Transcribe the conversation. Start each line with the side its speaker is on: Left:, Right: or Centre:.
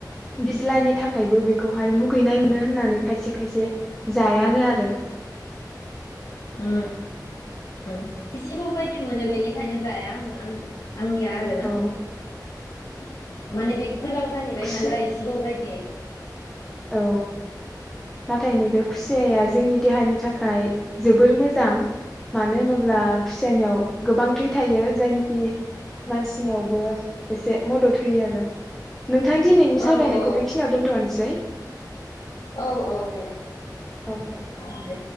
Centre: बिज्लानि थाख खायबो बेखौहाय मुगैनाय मोनो। होननानै खायसे खायसे जायानो आरो
Left: उम जिबौ बायद मोनो बेनिखायनो जाया आङो आं आंनिया आरोना।
Centre: औ
Left: <inaudible> माने बे गोलाव जाहैबाय
Centre: खुसि
Left: नालाय जिबौ बायदि। <inaudible>
Centre: औ नाथाय नैबे खुसियाया जोंनि देहानि थाखाय जोबोर मोजां मानो होनोब्ला खुसियानियाव गोबां थै थायो जायनिखि मानसिनियावबो एसे मदद होयो आरो। नोंथां दिनैनि सावरायनायखौ
Left: औ औ
Centre: बेखिनियाव दोन्थनोसै।
Left: औ औ दे
Centre: दे।
Left: औ दे।